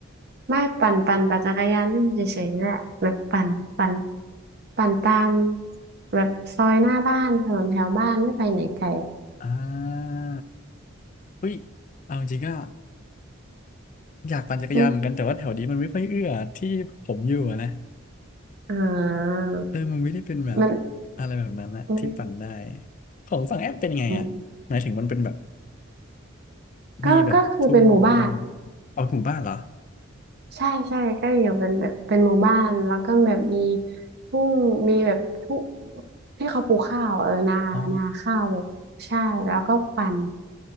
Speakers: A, on the right; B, on the left.
A: ไม่ปั่นปั่นปั่นจักรยานเล่นเฉยๆนี่แหละแบบปั่นปั่นปั่นตามแบบซอยหน้าบ้านถนนแถวบ้านไม่ไปไหนไกลอะ
B: อ่าเฮ้ยเอาจริงๆก็ อยากปั่นจักรยานเหมือนกันแต่ว่าแถวนี้มันไม่ค่อยเอื้อที่ผมอยู่อะนะ
A: อืมอ่า
B: เออมันไม่ได้เป็นแบบ
A: มัน
B: อะไรแบบนั้นนะที่ปั่นได้
A: มัน
B: ของฝั่งแอมเป็นไงอ่ะหมายถึงมันเป็นแบบ
A: อืมก็ก็คือเป็นหมู่บ้าน
B: มีแบบทุ่งอ่าเอาหมู่บ้านเหรอ
A: ใช่ใช่ก็อยู่เป็นแบบเป็นหมู่บ้านแล้วก็แบบมีทุ่งมีแบบทุ่งที่เขาปลูกข้าวเออนานาข้าวแบบใช่แล้วก็ปั่น
B: อ๋อ